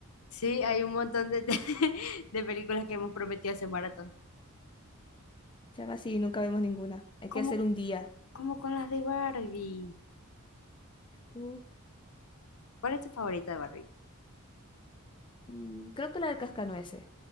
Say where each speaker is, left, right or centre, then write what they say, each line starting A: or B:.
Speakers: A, on the left; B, on the left.
A: Sí, hay un montón de, <laughs> de películas que hemos prometido hacer maratón.
B: Chama, sí, nunca vemos ninguna. Hay
A: ¿Cómo
B: que hacer un día.
A: Como con las de Barbie.
B: Uh,
A: ¿Cuál es tu favorita de Barbie?
B: mm, creo que la del Cascanueces.